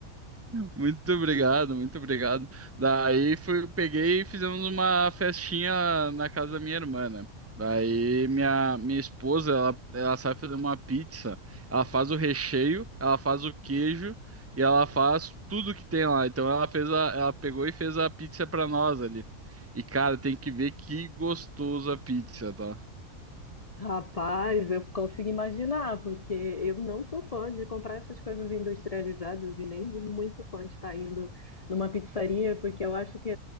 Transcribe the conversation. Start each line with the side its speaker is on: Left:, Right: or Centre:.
Right: Muito obrigado, muito obrigado. Daí fui, peguei e fizemos uma festinha na casa da minha irmã, né? Daí minha, minha esposa, ela, ela sabe fazer uma pizza. Ela faz o recheio, ela faz o queijo e ela faz tudo que tem lá. Então ela fez a, ela pegou e fez a pizza pra nós ali. E cara, tem que ver que gostoso a pizza, tá?
Left: Rapaz, eu consigo imaginar, porque eu não sou fã de comprar essas coisas industrializadas e nem muito fã de estar indo numa pizzaria, porque eu acho que